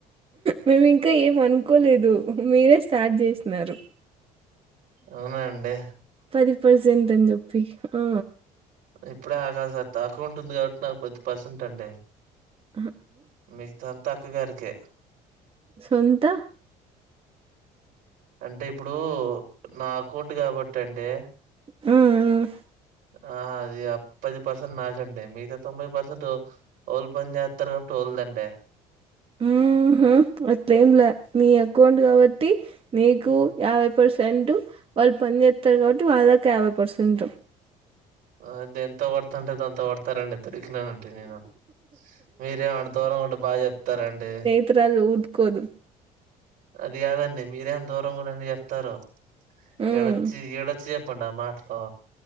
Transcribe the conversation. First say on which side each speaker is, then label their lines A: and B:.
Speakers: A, on the right; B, on the right.
A: మేము ఇంకా ఏం అనుకోలేదు మీరే స్టార్ట్ చేసినారు
B: అవునా అండి
A: పది పర్సెంటు అని చెప్పి ఆ
B: ఇప్పుడేస అకౌంట్ ఉంది కాబట్టి నాకు పది పర్సెంట్ అండి
A: ఆ
B: మిగతా అంతా అక్కగారికే
A: సొంత
B: అంటే ఇప్పుడు నా అకౌంట్ కాబట్టి అంటే
A: హ్మ్ మ్మ్
B: ఆ అది ప్పది పర్సెంట్ నాకండి మిగతా తొంభై పర్సెంట్ ఓలు పనిచేస్తారు కాబట్టి టోల్దండే
A: ఊహు అట్లేమ్ లే నీ అక్కౌంట్ కాబట్టి నీకు
B: ఉమ్.
A: యాభై పర్సెంట్ వాళ్ళు పనిచేత్తరు కాబట్టి వాళ్ళకు యాభై పర్సెంట్
B: అది ఎంత పడుతంటే అంత పడతారండి దొరికినానంటే నేను మీరే ఆడ దూరం ఉంటే బాగా చెప్తారండి
A: <unintelligible> ఊదుకోదు
B: అది కాదండి మీరేందో దూరంగని చెప్తారు
A: ఉమ్
B: ఏడొచ్చి ఈడొచ్చి చెప్పండి ఆ మాటలు